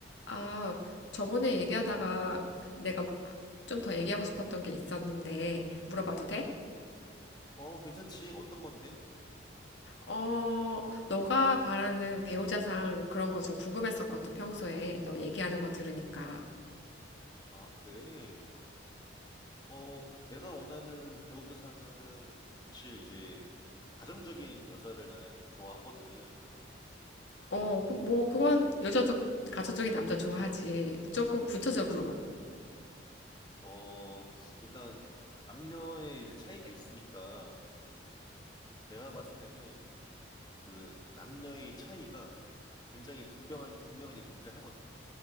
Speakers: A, on the left (about 65°); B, on the left (about 20°).
A: 아, 저번에 얘기하다가 내가 좀 더 얘기하고 싶었던 게 있었는데 물어봐도 돼?
B: 어, 괜찮지. 어떤 건데?
A: 어, 너가 바라는 배우자상 그런 거 좀 궁금했었거든, 평소에. 너 얘기하는 거 들으니까.
B: 아, 그래. 어, 그- 내가 원하는 배우자상은 사실 이제 가정적인 여자를 나는 좋아하거든.
A: 어, 그, 뭐, 그건 여자도 가천적인 남자 좋아하지. 조금 부차적으로.
B: 음, 음. 어, 일단 남녀의 이제 차이가 있으니까 내가 봤을 때는 그 남녀의 차이가 굉장히 분명하, 분명하게 존재하거든.